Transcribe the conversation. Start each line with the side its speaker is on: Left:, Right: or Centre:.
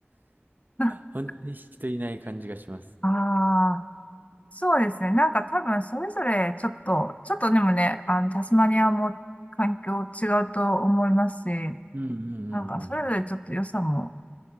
Left: <laughs>
Right: 本当に人いない感じがします。
Left: ああ、そうですね。なんか多分それぞれちょっと、ちょっとでもね、あの、タスマニアも環境違うと思いますし、
Right: うんうんうんうん。
Left: なんかそれぞれちょっと良さも